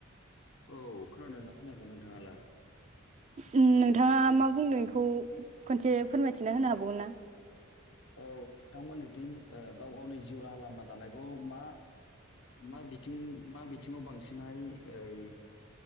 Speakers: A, on the left (about 65°); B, on the right (about 35°).
A: औ खोनादों ना खोनायाखै नोंथाङालाय
B: ओम नोंथाङा मा बुंदों इखौ खनसे फोरमायथिना होनो हाबावगोन ना
A: औ नोंथांमोननिथिं ओ गाव गावनि जिउ राहा लामा दानायखौ मा मा बिथिं मा बिथिङाव बांसिनहाय ओइ